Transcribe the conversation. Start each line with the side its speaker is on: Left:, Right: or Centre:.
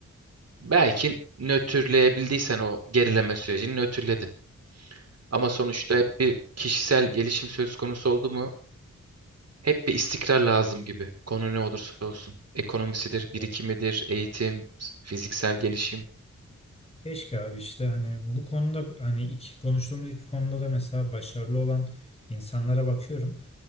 Right: Belki nötrleyebildiysen o gerileme sürecini nötrledin. Ama sonuçta hep bir kişisel gelişim söz konusu oldu mu? Hep bir istikrar lazım gibi. Konu ne olursa olsun. Ekonomisidir,
Left: İşte.
Right: birikimidir, eğitim, fiziksel gelişim.
Left: Keşke abi işte hani bu konuda hani iki konuştuğumuz iki konuda da mesela başarılı olan insanlara bakıyorum. <coughs>